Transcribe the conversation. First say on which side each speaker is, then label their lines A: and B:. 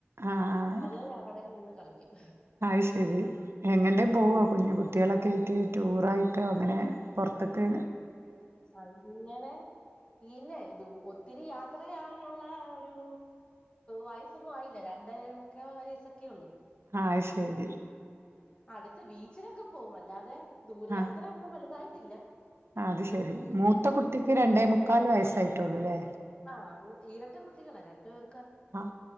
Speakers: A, on the right (about 65°); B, on the left (about 20°).
A: ആഹ്
B: അതുവരെ അവിടെ നിന്ന് കളിക്കും
A: അത് ശെരി എങ്ങട്ടേ പോവാ കുഞ് കുട്ടികളൊക്കെ യിട്ട് ടൂറായിട്ട് അങ്ങനെ പൊറത്ക്
B: അങ്ങനെ ഇല്ല ദൂ ഒത്തിരി യാത്രയാവാനുള്ള ഒരു വയസ്സൊന്നും ആയില്ല രണ്ടേ മുക്കാവയസ്സൊക്കെ ഒള്ളു
A: ആത് ശെരി
B: അടുത്ത് ബീച്ചിലൊക്കെ പോകും അല്ലാതെ ദൂരയാത്ര
A: ആ
B: ഒന്നും വലു ഇല്ല
A: അത് ശെരി മൂത്ത കുട്ടിക്ക് രണ്ടേ മുക്കാൽ വയസ്സായിട്ടേള്ളു ല്ലേ
B: ആഹ് മു ഇരട്ട കുട്ടികളാ രണ്ടു പേർ
A: ആ